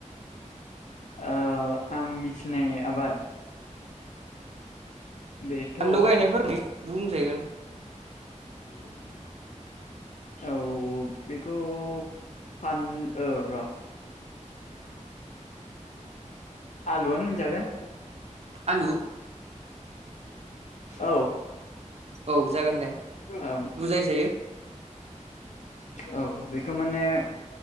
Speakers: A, on the left (about 70°); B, on the right (about 55°).
A: औ आं मिथिनाय आबाद बेथ'
B: फानलु
A: औ
B: गायनायफोरखै बुंजायगोन।
A: फानलु गायनाय औ बेखौ फान औ र' आलुआनो होनजागोन।
B: आलु
A: औ
B: औ जागोन दे
A: ओम
B: बुजायजायो
A: औ बेखौ माने